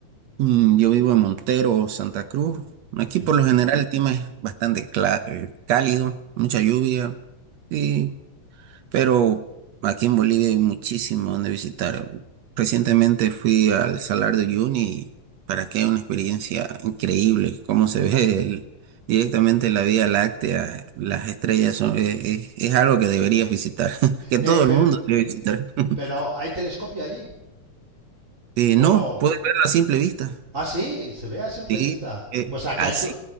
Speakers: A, on the right; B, on the right.
A: Mm, Yo vivo en Montero, Santa Cruz. Aquí
B: Ujú.
A: por lo general el clima es bastante cla- eh, cálido, mucha lluvia. y Pero aquí en Bolivia hay muchísimo donde visitar. Recientemente fui al Salar de Uyuni y para que una experiencia increíble, cómo se ve el- directamente la Vía Láctea, las estrellas son, es, es- es algo que deberías visitar, <laughs> que todo
B: Eh, pero,
A: el mundo debe visitar. <laughs>
B: pero ¿hay telescopio allí?
A: Eh,
B: ¿O
A: no,
B: no?
A: puedes verlo a simple vista.
B: Ah, sí, se ve a simple
A: Sí,
B: vista.
A: eh,
B: Pues ¿a qué
A: a
B: altu-